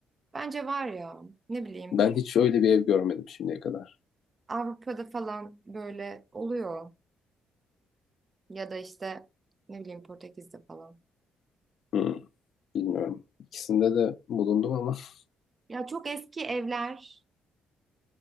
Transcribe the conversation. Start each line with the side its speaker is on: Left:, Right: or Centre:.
Right: Bence var ya. Ne bileyim.
Left: Ben hiç öyle bir ev görmedim şimdiye kadar.
Right: Avrupa'da falan böyle oluyor. Ya da işte ne bileyim Portekiz'de falan.
Left: Hmm, bilmiyorum. İkisinde de bulundum ama. <laughs>
Right: Ya çok eski evler